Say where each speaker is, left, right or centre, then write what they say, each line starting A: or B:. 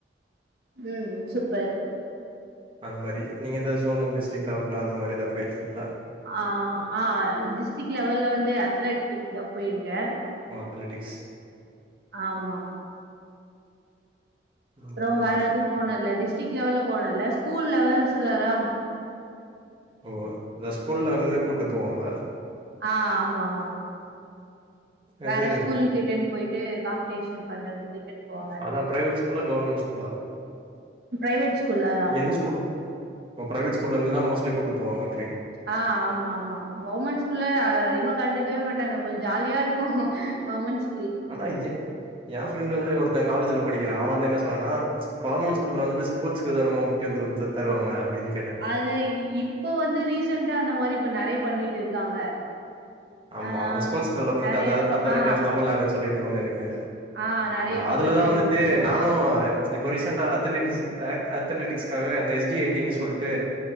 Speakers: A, on the right; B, on the right.
A: ம் சூப்பர்
B: அந்த மாரி நீங்க எதாவ்து ஜோனல் டிஸ்டிக் லெவல அந்த மாரி எதா போயிருக்கீங்களா
A: அ அ டிஸ்டிக் லெவல்ல வந்து அத்லெட்டிக் தா போயிருக்க
B: ஓ அத்லெட்டிக்ஸ்
A: ஆமா
B: ஓகே
A: அப்றோ வேற எது போனதுதில்ல டிஸ்ட்ரிக் லெவல்ல போனதுல்ல ஸ்கூல் லெவல்ஸ்ல எல்லா
B: ஓ இந்த ஸ்கூல்ல இருந்து கூட்டு போவாங்க
A: அ ஆமா ஆமா வேற
B: இது
A: ஸ்கூல் கிட்டன்னு போயிட்டு காம்படிஷன் பண்றதுக்கு இட்டுன்னு போவாங்க
B: அதா அ பிரைவேட் ஸ்கூல்லா கவர்மெண்ட் ஸ்கூல்லா
A: பிரைவேட் ஸ்கூல்ல தா
B: எந்த ஸ்கூல் பிரைவேட் ஸ்கூல்ல இருந்துதா மோஸ்டா டிவி கூப்டு போவாங்க
A: அ ஆமா ஆமா கவர்மெண்ட் ஸ்கூல்ல அதிகமா கண்டுக்கவே மாட்டாங்க கொஞ்ச ஜாலியா இருக்கு உமன்ஸ்
B: ஆனா ஜ எ ஃப்ரெண்டு வந்து ஒருத்த காலேஜில படிக்கிறா அவ வந்து என்ன சொன்னனா கவர்மென் ஸ்கூல்ல வந்து ஸ்போட்ஸ்க்குதா ரொம்ப முக்கிய ந்துவ தருவாங்க அப்டின்
A: அது இ இப்ப வந்து ரீசென்டா அந்த மாரி இப்ப நெறைய பண்ணிட்டு இருக்காங்க
B: ஆமா
A: ஆ
B: அந்த ஸ்போட்ஸ் டெவ்லப்மெண்ட்
A: நெறைய
B: அதாரு அத்தாரிட்டி
A: ஆ
B: ஆப் தமிழ்நாடுன்னு சொல்லிட்டு ஒன்னு இருக்
A: ஆ நெறைய இப்ப
B: அஅதுலதா
A: பண்ணிட்டு
B: வந்துட்டு
A: இருக்காங்க
B: நானு இப்போ ரீசெண்டா அத்லெடிக்ஸ்க்கு அத் அத்லெட்டிக்ஸ்க்காக அந்த எஸ் டி ஐடின் சொல்ட்டு